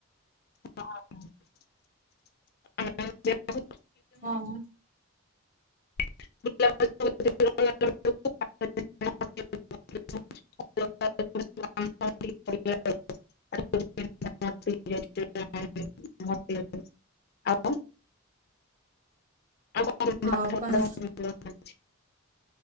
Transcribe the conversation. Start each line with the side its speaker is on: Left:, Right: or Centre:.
Left: <unintelligible>
Right: ହଁ।
Left: <unintelligible> ଆଉ। <unintelligible>
Right: ଆଉ କଣ